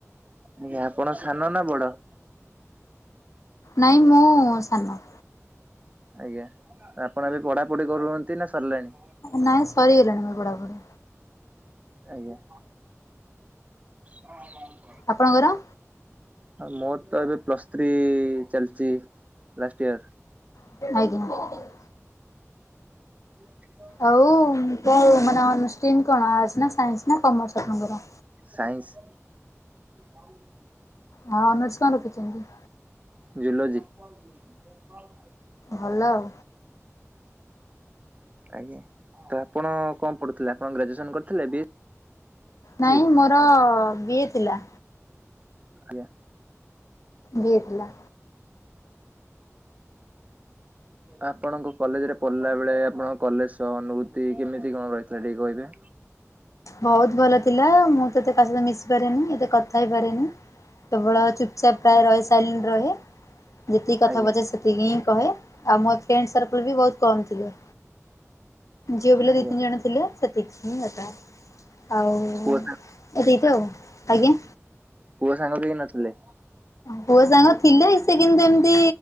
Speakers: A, on the right (about 25°); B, on the left (about 75°).
A: ଆଜ୍ଞା ଆପଣ ସାନ ନା ବଡ?
B: ନାଇଁ ମୁଁ ସାନ।
A: ଆଜ୍ଞା ଆପଣ ଏବେ ପଢାପଢି କରୁଛନ୍ତି ନା ସରିଲାଣି?
B: ନାଇଁ ସରିଗଲାଣି ମୋ ବଡାବଢି।
A: ଆଜ୍ଞା <inaudible>
B: ଆପଣଙ୍କର?
A: ମୋର ତ ଏବେ ପ୍ଲସ୍ ଥ୍ରୀ ଚାଲିଛି ଲାଷ୍ଟ ଇୟର?
B: ଆଜ୍ଞା।
A: <inaudible>
B: ଆଉ ତମର ମାନେ ଷ୍ଟିମ କଣ ଆର୍ଟସ ନା ସାଇନ୍ସ ନା କମର୍ସ ଆପଣଙ୍କର?
A: ସାଇନ୍ସ। ହଉ।
B: ହଁ ଅନର୍ସ କଣ ରଖିଛନ୍ତି?
A: ଜୁଲୋଜି। <inaudible>
B: ଭଲ ଆଉ।
A: ଆଜ୍ଞା ତ ଆପଣ କଣ ପଢୁଥିଲେ ଆପଣ ଗ୍ରାଜୁଏସନ କରିଥିଲେ ବି ଏସ୍
B: ନାଇଁ
A: ସି?
B: ମୋର ବିଏ ଥିଲା।
A: ଆଜ୍ଞା।
B: ବିଏ ଥିଲା।
A: <inaudible> ଆପଣଙ୍କ କଲେଜ ରେ ପଢିଲା ବେଳେ ଆପଣଙ୍କ କଲେଜ ଅନୁଭୂତି କେମିତି କଣ ରହିଥିଲା ଟିକେ କହିବେ?
B: ବହୁତ ଭଲ ଥିଲା ମୁଁ ଏତେ କାହା ସହିତ ମିଶି ପାରେନି ଏତେ କଥା ହେଇପାରେନି। କେବଳ ଚୁପଚାପ୍ ପ୍ରାୟ ରହେ ସାଇଟ ରହେ ଯେତିକି କଥା
A: ଆଜ୍ଞା
B: ପଚାରେ ସେତିକି ହିଁ କହେ ଆଉ ମୋ ଫ୍ରେଣ୍ଡ ସର୍କଲ୍ ବି ବହୁତ କମ୍ ଥିଲେ। ଝିଅ ପିଲା
A: ଆଜ୍ଞା
B: ଦି ତିନି ଜଣ ଥିଲେ ସେତିକି ହିଁ କଥା। ଆଉ ଏତିକି
A: ପୁଅ ସା
B: ତ ଆଉ ଆଜ୍ଞା?
A: ପୁଅ ସାଙ୍ଗ କେହି ନଥିଲେ?
B: ପୁଅ ସାଙ୍ଗ ଥିଲେ ସେ କିନ୍ତୁ ଏମିତି